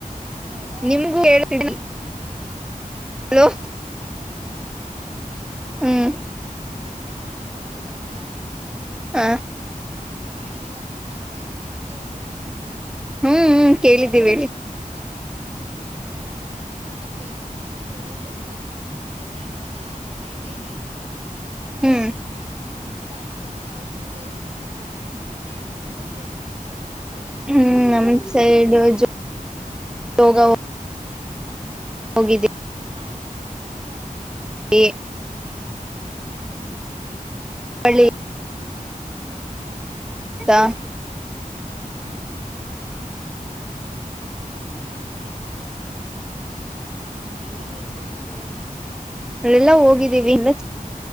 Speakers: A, on the right (about 40°); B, in the centre.
A: ಹಲೋ
B: ನಿಮಗೂ ಹೇಳ್ತಿ ಹಲೋ
A: ಹೌದಾ ಮತ್ತೆ
B: ಹ್ಮ್
A: ಮತ್ತೆ ಮಾರೀಕಣವೆ ಗೊತ್ತಾ
B: ಹ
A: ವಾಣಿ ವಿಲಾಸ ಸಾಗರ ಅಂತಾರೆ ಕೇಳಿದೀರ
B: ಹ್ಮ್ ಹ್ಮ್ ಕೇಳಿದ್ದೀವಿ ಹೇಳಿ
A: ಅದು ಹ ಅದು ತುಂಬಾ ಫೇಮಸ್ ಇದು ಓಲ್ಡೆಸ್ಟ್ ಡ್ಯಾಮ್ ಕರ್ನಾಟಕದ ಅತಿ ಹಳೇ ಡ್ಯಾಮ್ ಇದು
B: ಹ್ಮ್
A: ಮತ್ತೆ ಅಷ್ಟೊಂದ ಯಾವ್ದು ಪ್ಲೇಸಸ್ ಇಲ್ಲ ನಿಮ್ ಸೈಡ್ ತುಂಬಾ ಪ್ಲೇಸಸ್ ಇದೆಯಲ್ಲಾ ಎಲ್ಲೆಲ್ಲಿಗ್
B: ಹ್ಮ್
A: ಹೋಗಿದ್ದೀರಾ
B: ನಮ
A: ನೀವು
B: ಸೈಡ್ ಜೋಗ ಜೋಗ ಹೋಗಿದ್ದೀವಿ
A: ಹಾ ಹಾ
B: ಹೇ
A: ಹಾ
B: ಪಳ್ಳಿ
A: ಹಾ ಹಾ
B: ಗೊತ್ತಾ
A: ಹಾ ಹಾ ಹಾ ಮತ್ತೆ ನೀವೆ ಎಲ್ಲಿಎಲ್ಲಿಗೆ ಹೋಗಿದ್ದೀರ
B: ಅಲ್ಲೆಲ್ಲ ಹೋಗಿದ್ದೀವಿ ಇನ್ನ